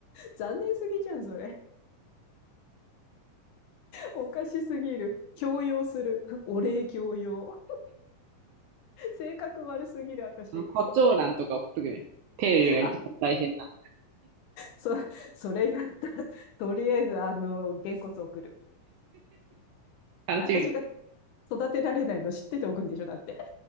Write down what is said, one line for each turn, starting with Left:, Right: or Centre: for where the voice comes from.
Left: 残念すぎじゃん、それ。おかしすぎる。強要する。お礼強要。性格悪すぎる、私。
Right: あの胡蝶蘭とか送っとくね。手入れが一番大変だ。
Left: あ、そ、それやったら。とりあえず、あの、げんこつ送る。
Right: 楽しみに。
Left: 私が育てられないの知ってておくんでしょ、だって。